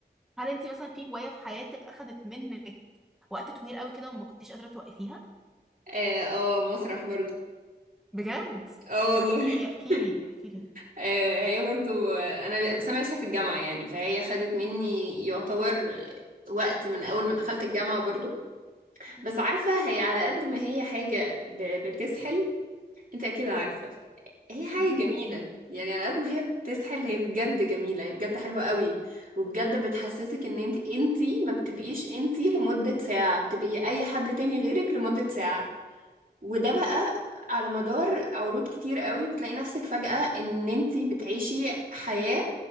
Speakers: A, in the centre; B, on the right.
A: هل انت مثلا في هوايه في حياتك اخدت منك وقت طويل قوي كده وما كنتيش قادره توقفيها
B: اه آه، مسرح برضه
A: بجد
B: اه والله
A: طب احكي لي احكي
B: <laughs>
A: لي احكي لي
B: آه هي برضه آه، انا ل- بس انا لسه في الجامعه يعني فهي خدت مني يعتبر وقت من اول ما دخلت الجامعه برضه
A: مم.
B: بس عارفة هي على قد ما هي حاجة ب... بتسحل انت اكيد عارفة هي حاجة
A: <laughs>
B: جميلة يعني على قد ما هي بتسحل هي بجد جميلة هي بجد حلوة قوي وبجد بتحسسك ان انت انت ما بتبقيش انت لمدة ساعة بتبقي اي حد تاني غيرك لمدة ساعة وده بقى على مدار عروض كتير قوي بتلاقي نفسك فجأة ان انت بتعيشي حياة